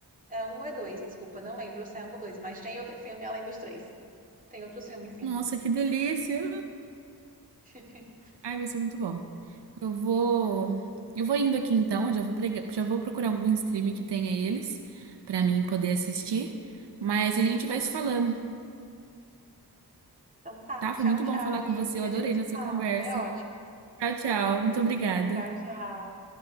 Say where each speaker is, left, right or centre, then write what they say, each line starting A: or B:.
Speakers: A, on the right; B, on the right.
A: É um ou é dois, desculpa, não lembro se é um ou dois, mas tem outro filme além dos três. Tem outro filme, sim.
B: Nossa, que delícia!
A: <laughs>
B: Ai, vai ser muito bom. Eu vou. Eu vou indo aqui então. Eu já vou, prega- já vou procurar algum streaming que tenha eles pra mim poder assistir. Mas a gente vai se falando,
A: Então tá.
B: tá?
A: Tchau,
B: Foi muito
A: tchau,
B: bom falar
A: Nick.
B: com você. Eu
A: A
B: adorei
A: gente se
B: nossa
A: fala.
B: conversa.
A: Foi ótimo.
B: Tchau, tchau. Muito obrigada.
A: Tchau, tchau.